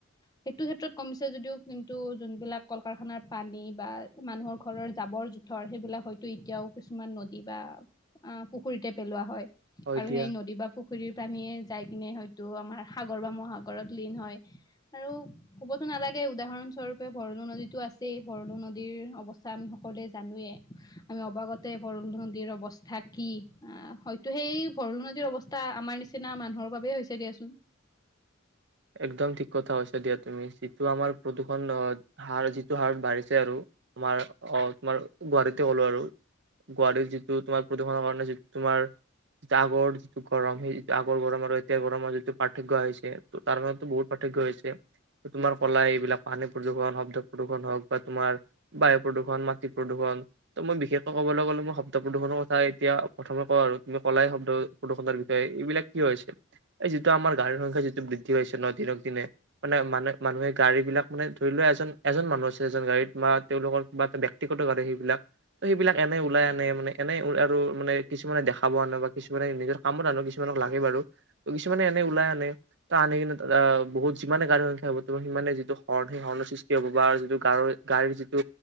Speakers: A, on the left; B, on the right.
A: সেইটো ক্ষেত্ৰত কমিছে যদিও কিন্তু যোনবিলাক কল কাৰখানাৰ পানী বা মানুহৰ ঘৰৰ জাবৰ-জোথৰ সেইবিলাক হয়তো এতিয়াও কিছুমান নদী বা অ' পুখুৰীতে পেলোৱা হয়।
B: হয়
A: আৰু
B: দিয়া
A: সেই নদী বা পুখুৰীৰ পানীয়ে যাই কিনে হয়তো আমাৰ সাগৰ বা মহাসাগৰত লীন হয়। আৰু ক'বতো নালাগে উদাহৰণ স্বৰূপে, ভৰলু নদীতো আছেই, ভৰলু নদীৰ অৱস্থা আমি সক সকলোৱে জানোৱে। আমি অবাগতে ভৰলু নদীৰ অৱস্থা কি আহ হয়তো সেই ভৰল নদীৰ অৱস্থা আমাৰ নিচিনা মানুহৰ বাবে হৈছে দিয়াচোন।
B: একদম ঠিক কথা কৈছা দিয়া তুমি, যিটো আমাৰ প্ৰদূষণ অ - হাৰ যিটো হাৰত বাঢ়িছে আৰু তোমাৰ অ - তোমাৰ গুৱাহাটীতে কলো আৰু গুৱাহাটীৰ যিটো তোমাৰ প্ৰদূষণৰ কাৰণে যি তোমাৰ আগৰ যিটো গৰম সেই <unintelligible> আগৰ গৰম আৰু এতিয়া গৰমৰ যিটো পাৰ্থক্য আহিছে তো' তাৰ মাজত টো বহুত পাৰ্থক্য হৈছে। তোমাৰ কলা এইবিলাক পানী প্ৰদূষণ, শব্দ প্ৰদূষণ হওঁক বা তোমাৰ বায়ু প্ৰদূষণ, মাটি প্ৰদূষণ। তো' মই বিশেষকৈ কবলৈ গলে মই শব্দ প্ৰদূষণৰ কথাই এতিয়া প্ৰথমে কওঁ আৰু তুমি কলাই শব্দ প্ৰদূষণৰ বিষয়ে এইবিলাক কিয় হৈছে, এই যিটো আমাৰ গাড়ীৰ সংখ্যা যিটো বৃদ্ দ্ধি হৈছে ন দিনক দিনে। মানে - মানে - মানুহে গাড়ী বিলাক মানে ধৰি লোৱা এজন - এজন মানুহ আছে এজন গাড়ীত বা তেওঁলোকৰ কিবা এটা ব্যক্তিগত গাড়ী সেইবিলাক, তো' সেইবিলাক এনে ওলাই আনে মানে এনে উ - আৰু মানে কিছুমানে দেখাব আনে বা কিছুমানে নিজৰ কামত আনো কিছুমানক লাগে বাৰু ত' কিছুমানে এনে ওলাই আনে। তা আনি কেনে আ বহুত যিমানে গাড়ীৰ সংখ্যা হব তো' সিমানে যিটো হৰ্ণ সেই হৰ্ণৰ সৃষ্টি হব বা যিটো গাড়ৰে - গাড়ীৰ যিটো